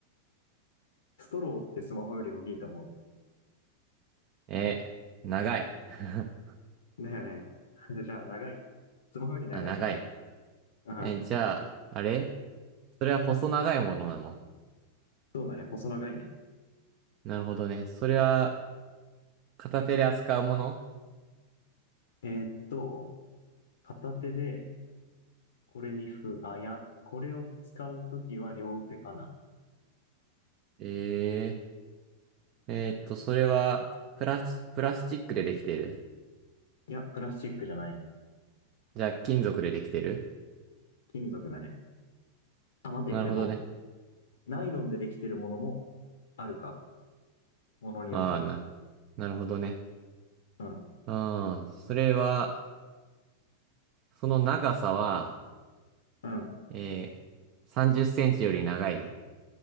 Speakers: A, on the left; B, on the right.
A: う。ストローってスマホより大きいと思
B: え、長い。<laughs>
A: う。だよね。<laughs> じゃあ、長い。スマホより長いかな。
B: あ、長い。
A: うん。
B: え、じゃあ、あれそれは細長いものなの
A: そうだね。細長いね。
B: なるほどね。それは、片手で扱うもの
A: えーっと、片手で、これにふ、あ、いや、これを使うときは両手かな。
B: えー、えーっと、それは、プラス、プラスチックでできてる
A: いや、プラスチックじゃない。
B: じゃあ、金属でできてる
A: 金属だね。あ、待てよ。
B: なるほどね。
A: でも、ナイロンでできてるものもあるか。ものによっては。
B: ああ、な、なるほどね。
A: うん。
B: うん。それは、その長さは、
A: うん。
B: えー、30センチより長い